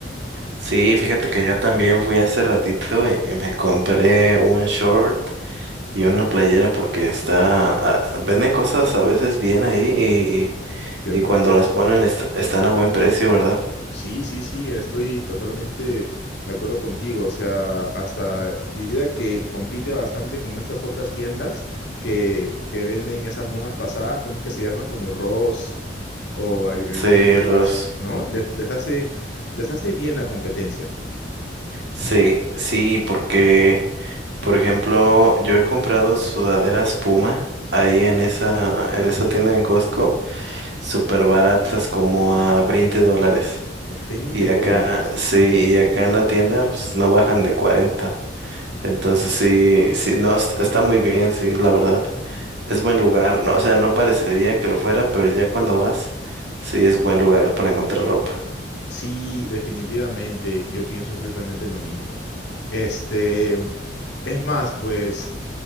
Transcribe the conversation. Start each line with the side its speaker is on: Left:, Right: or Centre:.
Right: Sí, fíjate que yo también fui hace ratito y, y me compré un short y una playera porque está, ah, venden cosas a veces bien ahí
Left: ¿cierto?
Right: y, y cuando las ponen est- están a buen precio, ¿verdad?
Left: Sí, sí, sí, estoy totalmente de acuerdo contigo. O sea, hasta diría que compite bastante con estas otras tiendas que, que venden esas modas pasadas, ¿cómo es que se llama? Como Ross o al- algunas
Right: Sí,
Left: otras,
Right: Ros.
Left: ¿no? Les, les hace, les hace bien la competencia.
Right: Sí, sí, porque, por ejemplo, yo he comprado sudaderas Puma ahí en esa, en esa tienda en Costco, súper baratas como a 20 dólares.
Left: Veinte
Right: Y
Left: dólares.
Right: acá, sí, y acá en la tienda, pues no bajan de cuarenta Entonces sí, sí, no, est- está muy bien, sí, la verdad. Es buen lugar, no, o sea, no parecería que lo fuera, pero ya cuando vas, sí es buen lugar para encontrar ropa.
Left: Sí, definitivamente, yo pienso exactamente lo mismo. Este, es más, pues.